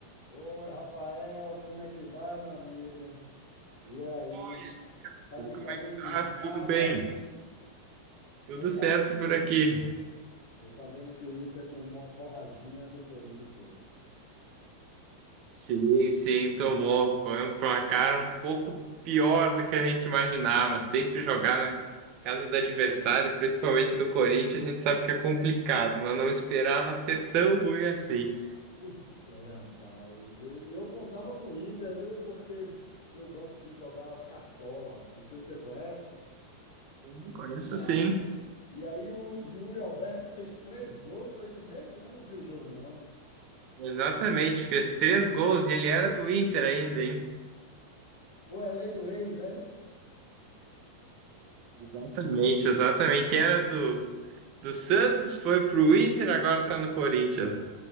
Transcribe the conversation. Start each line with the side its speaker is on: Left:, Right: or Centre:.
Left: Oi, Rafael, como é que vai, meu amigo? E aí?
Right: Oi,
Left: Tá
Right: Alan,
Left: de
Right: como
Left: cabeça
Right: é que tá?
Left: inchada?
Right: Tudo bem? Tudo
Left: Tô sabendo,
Right: certo por aqui.
Left: tô sabendo que o Inter tomou uma porradinha do Corinthians.
Right: Sim, sim, tomou. Foi um placar um pouco pior do que a gente imaginava. Sempre jogar na casa do adversário, principalmente no Corinthians, a gente sabe que é complicado, mas não esperava ser tão ruim assim.
Left: Pois é, rapaz. E e eu contava com o Inter, viu? Porque eu gosto de jogar cartola. Não sei se você conhece.
Right: Sim, Conheço
Left: E aí,
Right: sim.
Left: e aí o Yuri Alberto fez três gols, foi isso mesmo? Eu não vi o jogo, não.
Right: Exatamente, fez três gols e ele era do Inter ainda, hein?
Left: Pô, é lei do ex, é?
Right: Exatamente, exatamente. Era do, do Santos, foi pro Inter, agora tá no Corinthians.